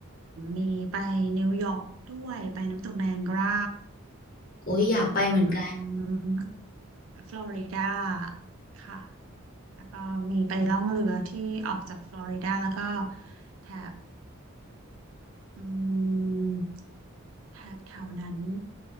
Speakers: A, on the right; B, on the left.
A: มีไปนิวยอร์กด้วยไปน้ำตกไนแองการา
B: โอ้ยอยากไปเหมือนกัน
A: อืม ฟลอริดาค่ะ แล้วก็มีไปล่องเรือที่ออกจากฟลอริดาแล้วก็แถบอืมแถบแถวนั้น